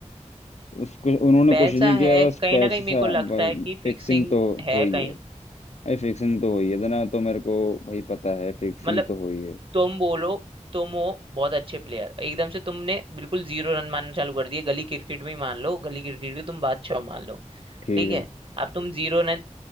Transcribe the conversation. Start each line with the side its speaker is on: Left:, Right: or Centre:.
Left: उसको उन्होंने
Right: पैसा
Left: कुछ नहीं किया
Right: है
Left: बस
Right: कहीं
Left: पैसा
Right: ना कहीं मेरे को लगता है कि फिक्सिंग
Left: फिक्सिंग तो
Right: है
Left: हुई
Right: कहीं
Left: है भाई फिक्सिंग तो हुई है ना तो मेरे को भाई पता है फिक्सिंग
Right: मतलब
Left: तो हुई है
Right: तुम बोलो तुम हो बहुत अच्छे प्लेयर एकदम से तुमने बिल्कुल जीरो रन मारना चालू कर दिए गली क्रिकेट में ही मान लो गली क्रिकेट के तुम बादशाह मान लो
Left: ठीक
Right: ठीक
Left: है
Right: है अब तुम जीरो रन